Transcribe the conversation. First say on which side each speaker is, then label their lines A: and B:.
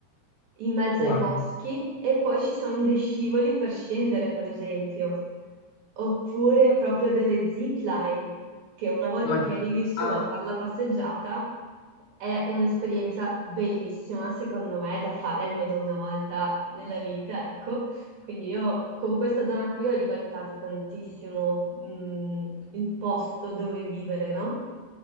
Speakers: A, on the right (about 60°); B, on the left (about 75°).
A: in mezzo
B: wow,
A: ai boschi e poi ci sono dei scivoli per scendere, per esempio, oppure proprio delle zipline, che una volta
B: ma
A: che arrivi su
B: ah,
A: a fare la passeggiata è un'esperienza bellissima, secondo me, da fare almeno una volta nella vita, ecco. Quindi io con questa zona qui ho rivalutato tantissimo, mm, il posto dove vivere, no?